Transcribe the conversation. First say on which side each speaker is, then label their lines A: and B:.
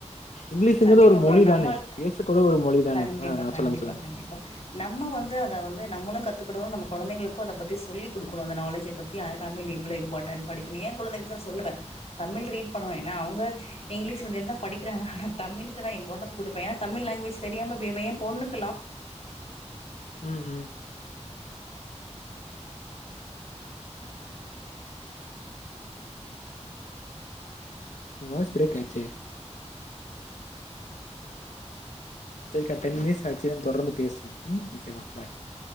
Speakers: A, on the left; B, on the left.
A: இங்கிலீஷுங்கிறது
B: கண்டிப்பா
A: ஒரு
B: ப்ரோ
A: மொழி
B: நம்ம
A: தானே பேச கூட ஒரு மொழி தானே
B: கண்டிப்பா
A: ஆ ஆ
B: கண்டிப்பா
A: சொல்லுங்க சொல்லுங்க
B: கண்டிப்பா நம்ம வந்து அத வந்து நம்மளு கத்துக்கிடுவோ நம்ம கொழந்தைளுக்கு அத பத்தி சொல்லி குடுக்கணு ஸ் அந்த நாலேஜ பத் கியா தமிழு இவ்ளோ இம்பார்டன் படிக்கனு ஏ குழந்தைக்களுக்கு நா சொல்லுவே தமிழ் ரீட் பண்ணுவே ஏனா அவுங்க இங்கிலீஷ் மீடியம் தா படிக்கிறாங்க ஆனா தமிழுக்கு நா இம்பார்டட் குடுப்பே ஏனா தமிழ் லாங்கேஜ் தெரியாம இப்ப ஏ பொண்ணுக்குலா
A: ம் ம் உங்க வாய்ஸ் பிரேக் ஆயிருச்சே செரிக்கா டென் மினிட்ஸ் கழிச்சு நம்ம தொடர்ந்து பேசுவோ ம் ஓகேவா பாய்